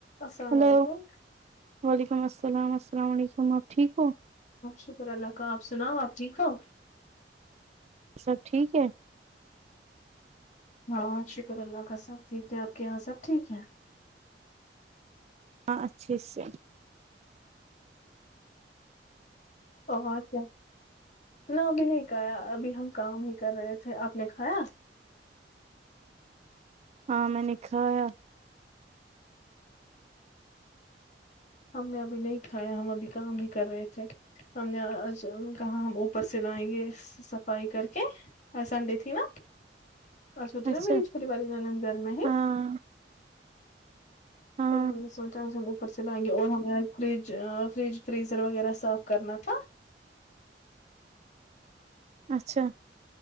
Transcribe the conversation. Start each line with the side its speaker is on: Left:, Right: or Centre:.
Left: السلام
Right: ہلو
Left: علیکم
Right: وعلیکم السلام اسلام علیکم آپ ٹھیک ہو
Left: شکر اللہ کا آپ سناؤ آپ ٹھیک ہو
Right: سب ٹھیک ہے
Left: ہاں بہت شکر اللہ کا سب ٹھیک ہے آپ کے یہاں سب ٹھیک ہے
Right: ہاں اچھے سے
Left: بہت ہے نہ ابھی نہیں کھایا ابھی ہم کام ہی کر رہے تھے آپ نے کھایا
Right: ہاں میں نے کھا یا
Left: ہم نے ابھی نہیں کھایا ہم ابھی کام ہی کر رہے تھے ہم نے آج کہاں ہم اوپر سے لائیں گے صفائی کر کے آج سنڈے تھی نا اس ہوتی
Right: اچھا
Left: نا میری پھوٹی والی نانند گھر میں ہے
Right: ہاں ہاں
Left: تو ہم نے سوچا اس ہم اوپر سے لائیں گے اور ہمیں آج فریج فریج فریزر وغیرہ صاف کرنا تھا
Right: اچھا